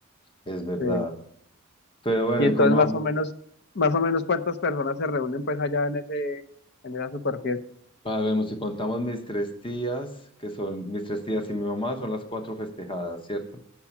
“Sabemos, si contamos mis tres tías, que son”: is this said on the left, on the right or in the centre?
Left